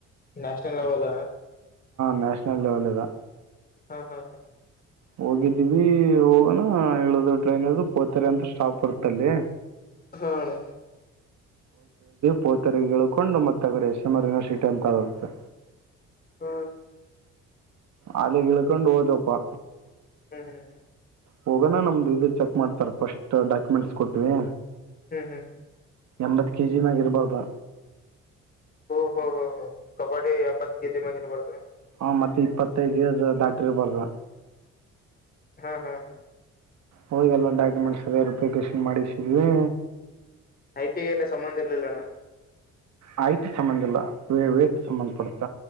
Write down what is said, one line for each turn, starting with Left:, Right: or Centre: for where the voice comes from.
Left: ನ್ಯಷಿನಲ್ ಲೆವೆಲ
Right: ನ್ಯಾಷನಲ್ ಲೆವೆಲ್ ಇದು
Left: ಹಾ ಹಾ ಹಾ
Right: ಹೋಗಿದ್ದೀವಿ ಹೋಗೋಣ ಇಳಿದು ಟ್ರೈನ್ ಇಳಿದು ಪೋತಾರೆ ಅಂತ ಸ್ಟಾಪ್ ಬರುತೆ ಅಲ್ಲಿ
Left: ಹಾ ಅಣ್ಣ
Right: ಪೋತರೆಯಾಗ್ ಇಳ್ಕೊಂಡು ಮತ್ತ ಆಕಡೆ ಎಸ್ ಎಂ ಆರ್ ಯೂನಿವರ್ಸಿಟಿ ಅಂತ ಬರುತ್ತೆ
Left: ಹ್ಮ
Right: ಅಲ್ಲಿ ಇಳಿಕೊಂಡು ಹೋದ್ವೇಪ್ಪ
Left: ಹ್ಮ ಹ್
Right: ಹೋಗೋಣ ನಮ್ದು ಇದು ಚೆಕ್ ಮಾಡ್ತಾರ ಫಸ್ಟ್ ಡಾಕ್ಯುಮೆಂಟ್ಸ್ ಕೊಟ್ವಿ
Left: ಹ್ಮ್ ಹ್ಮ
Right: ಎಂಬತ್ತು ಕೆ ಜಿನಾಗ ಇರಬರ್ದು
Left: ಓ ಓ ಕಬ್ಬಡಿ ಎಂಬತ್ತು ಕೆಜಿ ಮೇಲೆ ಇರಬಾರ್ದು
Right: ಹಾ ಮತ್ ಇಪ್ಪತ್ತೈದು ಏಜ್ ದಟ್ಟಿರಬಾರದು
Left: ಹಾ ಹಾ ಹಾ
Right: ಹೋಗ ಎಲ್ಲ ಡಾಕ್ಯುಮೆಂಟ್ಸ್ ವೆರಿಫಿಕೇಶನ್ ಮಾಡಿಗೇಸಿದ್ವಿ.
Left: ಐ ಟೀಮ್ ಏನ್ ಸಂಬಂಧ ಇರಲಿಲ್ಲ ಏನು.
Right: ಹೈಟ್ ಸಂಬಂಧಿಯಲ್ಲ ವೇಟ್ ಸಂಬಂಧಪಟ್ಟ